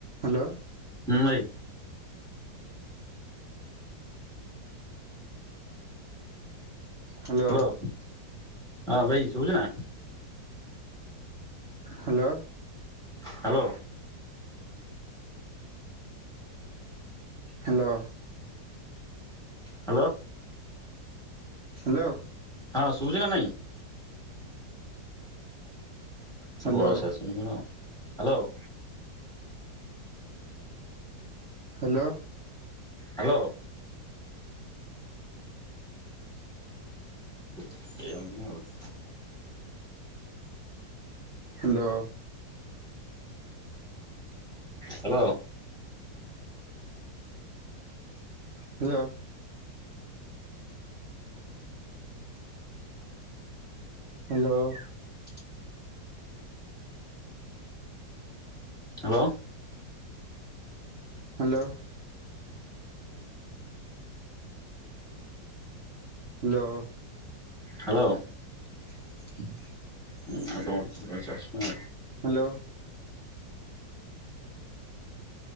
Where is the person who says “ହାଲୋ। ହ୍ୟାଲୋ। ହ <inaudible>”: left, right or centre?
Right